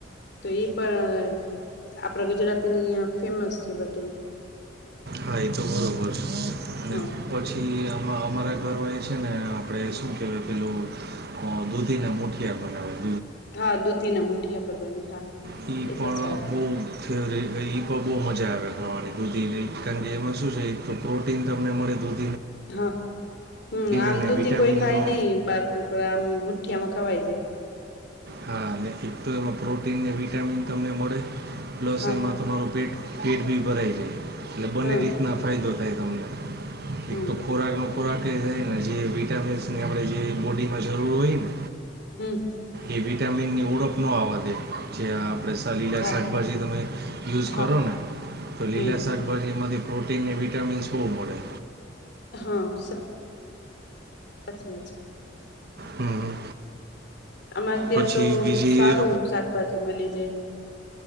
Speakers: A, on the left; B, on the right.
A: તો એ પણ આપડા ગુજરાતીની અં ફેમસ છે બધું-
B: હા એ તો બરોબર છે અને
A: હા
B: પછી અમારા ઘરમાં એ છે ને આપણે શું કહેવાય પેલું હ દૂધી ના મુઠિયા બનાવે છે
A: હા દૂધી ના મુઠિયા પરવાની હા
B: ક
A: એ
B: પળવો
A: પણ સારું
B: વ પણ બહુ મજા આવે ખાવાની દૂધી કારણ કે એમાં શું છે પ્રોટીન તમને મળે દૂધ
A: હા હમ આમદુધી
B: અને વિટામિનનો
A: કોઈ ખાય નહિ બાળકો પરામુતઠિયા મખાવા હો આવીજ
B: હા એટલે એક તો એમાં પ્રોટીનને વિટામિન તમને મળે પ્લસ
A: હા
B: એમાં તમારું પેટ પેટ બી ભરાય છે એટલે બંને
A: હા
B: રીતના ફાયદો થાય તમને
A: હમ
B: એક તો ખોરાકનો ખોરાક એ થાય ને જે વિટામિન્સની આપણે જે બોડીમાં જરૂર હોય ને
A: હમ
B: એ વિટામિન ની ઓળપ ન આવવા દે જે આપણેે લીલા
A: હા
B: શાકભાજી તમે યુઝ
A: હા
B: કરો ને તો લીલા
A: હમ
B: શાકા બ એમાંથી પ્રોટીન અને વિટામીન્સ બહુ મળડે
A: હા અચ્ાચ છેા
B: હમ
A: અમારે ત્યાં
B: પછી
A: તો
B: બીજી
A: સારું એવુ શાકભાજી મળી જાય